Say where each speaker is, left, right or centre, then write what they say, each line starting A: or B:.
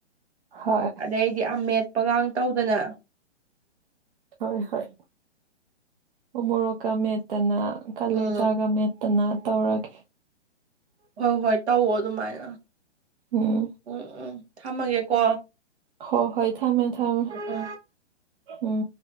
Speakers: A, on the right; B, on the right.
A: ꯍꯣꯏ
B: ꯑꯗꯩꯗꯤ ꯑꯃꯦꯠꯄꯒ ꯇꯧꯗꯅ
A: ꯍꯣꯏ ꯍꯣꯏ ꯑꯨꯃꯣꯔꯣꯛꯀꯥ ꯃꯦꯠꯇꯅ ꯀꯂꯦꯖꯥꯒ
B: ꯎꯝ
A: ꯃꯦꯠꯇꯅ ꯇꯧꯔꯒꯦ
B: ꯍꯣꯏ ꯍꯣꯏ ꯇꯧꯑꯣ ꯑꯗꯨꯃꯥꯏꯅ
A: ꯎꯝ
B: ꯎꯝ ꯎꯝ ꯊꯝꯃꯒꯦꯀꯣ
A: ꯍꯣꯏ ꯍꯣꯏ ꯊꯝꯃꯦ ꯊꯝꯃꯦ
B: ꯎꯝ ꯎꯝ
A: ꯎꯝ